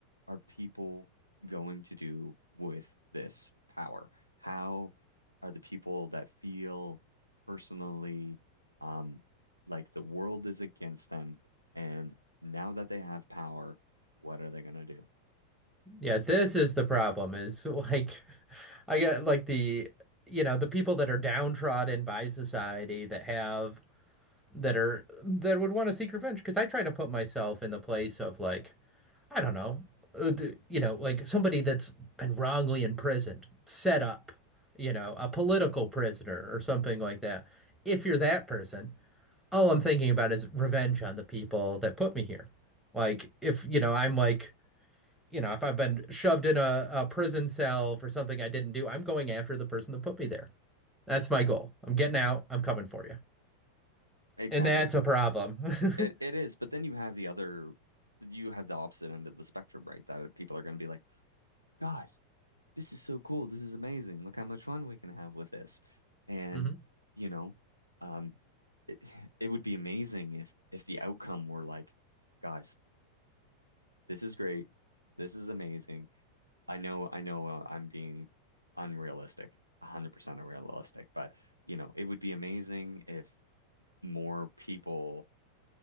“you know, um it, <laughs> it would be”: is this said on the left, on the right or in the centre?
Right